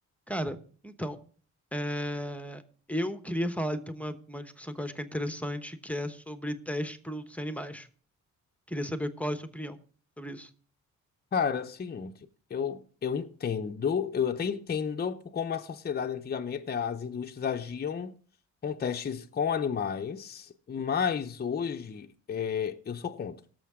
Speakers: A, in the centre; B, on the left.
A: Cara, então, é, eu queria falar de uma, uma discussão que eu acho que é interessante, que é sobre teste de produtos em animais. Queria saber qual é a sua opinião sobre isso.
B: Cara, é o seguinte, eu, eu entendo, eu até entendo por como a sociedade antigamente, né, as indústrias agiam com testes com animais, mas hoje é, eu sou contra,